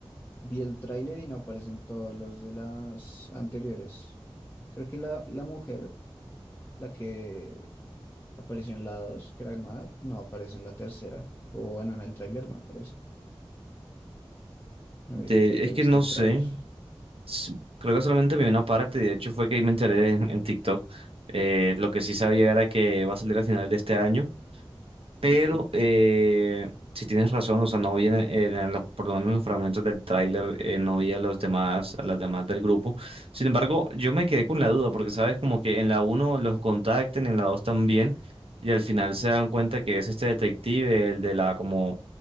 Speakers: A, on the left; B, on the right.
A: Vi el tráiler y no aparecen todos los de las anteriores. Creo que la, la mujer, la que apareció en la 2, que era nueva, no aparece en la tercera. O bueno, en el tráiler no aparece.
B: De,
A: No sé si ya te
B: es que
A: viste
B: no
A: el
B: sé.
A: tráiler.
B: Sí, Creo que solamente vi una parte, de hecho fue que ahí me enteré en, en TikTok. Eh, lo que sí sabía era que va a salir a final de este año, pero
A: Ok.
B: eh, si tienes razón, o sea, no vi en, en los, por lo menos en los fragmentos del tráiler, eh, no vi a los demás, a las demás del grupo. Sin embargo, yo me quedé con la duda, porque sabes como que en la uno los contactan, en la 2 también, y al final se dan cuenta que es este detective, el de la como